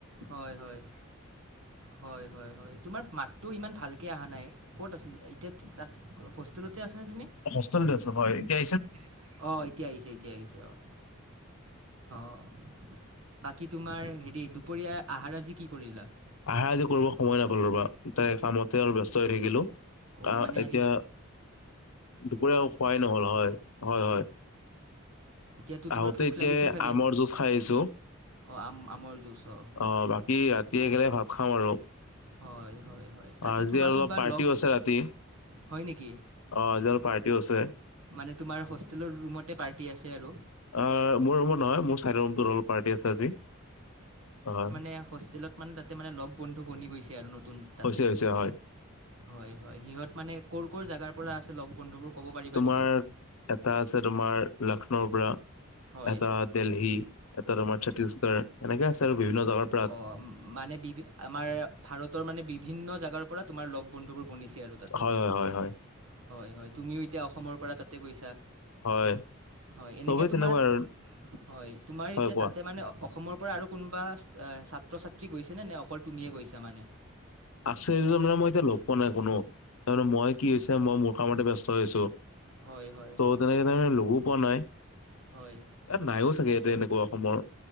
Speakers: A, on the right; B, on the left.
A: হয় হয় হয় হয় হয় তোমাৰ মাতটো ইমান ভালকে আহা নাই, ক'ত আছিল এতিয়া তাত হোষ্টেলতে আছানে তুমি? <inaudible> এতিয়া
B: হোষ্টেলতে আছো হয় এতিয়া
A: আহিছে নেকি? অহ এতিয়া আহিছে এতিয়া আহিছে অ। অঁ অঁ। অঁ বাকী তোমাৰ হেৰি দুপৰীয়া আহাৰ আজি কি কৰিলা
B: আহাৰ আজি কৰিব সময় নাপালো ৰবা তাৰে কামতে আৰু ব্যস্ত হৈ থাকিলো
A: অঁ
B: আহ
A: মানে
B: এতিয়া
A: আজি
B: দুপৰীয়া একো খোৱাই নহল হয় হয় হয়
A: এতিয়াতো তোমাৰ
B: আহোতে
A: ভোক
B: এতিয়াই
A: লাগিছে চাগে
B: আমৰ জুজ খাই আহিছো
A: অঁ আম আমৰ জুচ অঁ
B: অ বাকী ৰাতি একলগে ভাত খাম আৰু
A: হয় হয় হয় তাতে
B: আজি
A: তোমাৰ
B: আৰু
A: কোনোবা
B: অলপ পাৰ্টিও
A: লগ
B: আছে ৰাতি
A: হয় নেকি
B: অ আজি অলপ পাৰ্টিও আছে
A: মানে তোমাৰ হোষ্টেলৰ ৰুমতে পাৰ্টি আছে আৰু
B: অ মোৰ ৰুমত নহয় মোৰ চাইডৰ ৰুমটোত অলপ পাৰ্টি আছে আজি হয়
A: সেয়া হোষ্টেলত মানে তাতে মানে লগ বন্ধু বনি গৈছে আৰু নতুন তাতে
B: হৈছে হৈছে হয়
A: হয় হয় সিহঁত মানে কৰ' কৰ' জাগাৰ পৰা আছে লগ বন্ধুবোৰ ক'ব পাৰিবা
B: তোমাৰ
A: নেকি
B: এটা আছে তোমাৰ লাক্ষ্ণৌৰ পৰা
A: হয়
B: এটা দেল্হী এটা তোমাৰ ছত্তিশগড় এনেকে আছে আৰু বিভিন্ন জাগাৰ
A: অঁ আম মানে বিভি আমাৰ ভাৰতৰ মানে বিভিন্ন জাগাৰ পৰা তোমাৰ লগ বন্ধুবোৰ বনিছে আৰু তাতে
B: হয় হয় হয় হয়
A: হয় হয় তুমিও এতিয়া অসমৰ পৰা তাতে গৈছা
B: হয়
A: হয় এনেকে
B: চবেই তেনেকুৱা
A: তোমাৰ
B: আৰু
A: হয় তোমাৰ
B: হয়
A: এতিয়া
B: কোৱা
A: তাতে মানে অ অসমৰ পৰা আৰু কোনোবা এ ছাত্ৰ-ছাত্ৰী গৈছেনে, নে অকল তুমিয়ে গৈছা মানে।
B: আছে নে নাই, মানে মই এতিয়া লগ পোৱা নাই কোনো, তাৰে মানে মই কি হৈছে মই মোৰ কামতে ব্যস্ত হৈ আছো।
A: হয় হয়
B: ত'
A: হয়
B: তেনেকে তেনেকে লগো পোৱা নাই।
A: হয়
B: এ নাইও চাগে, ইয়াতে এনেকুৱা অসমৰ।